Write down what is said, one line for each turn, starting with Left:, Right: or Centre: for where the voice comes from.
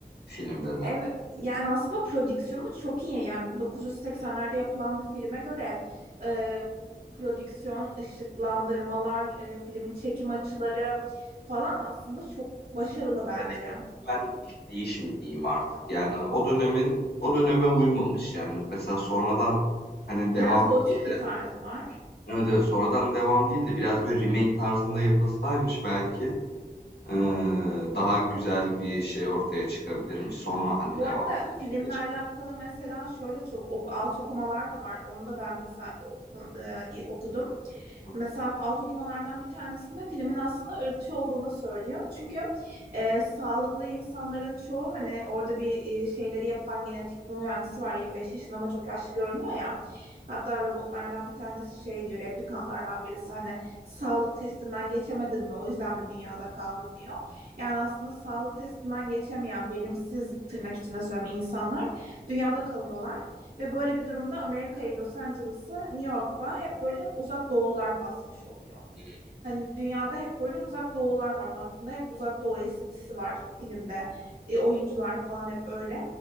Left: filmde de.
Right: Evet, yani aslında prodüksiyonu çok iyi. Yani 1980'lerde yapılan bir filme göre e, prodüksiyon, ışıklandırmalar, e, filmin çekim açıları falan aslında çok başarılı bence.
Left: Ya da ben mi, işleyiş mi diyeyim artık. Yani o dönemin o döneme uymamış. Yani mesela sonradan, hani, devam
Right: Biraz gotik
Left: değil de
Right: bir tarzı var.
Left: Evet, evet, sonradan devam değil de biraz, böyle, remake tarzında yapılsaymış belki, eee, daha güzel bir şey ortaya çıkabilirmiş. Sonra, hani,
Right: Bu
Left: devam
Right: arada
Left: filmine
Right: filmle
Left: geçebilirmiş.
Right: alakalı mesela şöyle çok ok alt okumalar da var. Onu da ben mesela oku- e, okudum.
Left: Hı
Right: Mesela alt okumalardan bir tanesinde filmin aslında ırkçı olduğunu söylüyor. Çünkü e, sağlıklı insanların çoğu hani orada bir e, şeyleri yapan genetik mühendisi var 25 yaşında ama çok yaşlı görünüyor ya. Hatta robotlardan bir tanesi şey diyor replikantlardan birisi hani sağlık testinden geçemedin mi o yüzden mi dünyada kaldın diyor. Yani
Left: Evet.
Right: aslında sağlık testinden geçemeyen verimsiz tırnak içinde söylüyorum insanlar dünyada kalıyorlar. Ve böyle bir durumda Amerika'yı, Los Angeles'ı, New York'la hep böyle uzak doğular basmış oluyor.
Left: Hı hı. Evet. evet,
Right: Hani dünyada hep böyle uzak doğular var. Baktığında hep uzak doğu esintisi var filmde. E, oyuncular falan hep öyle.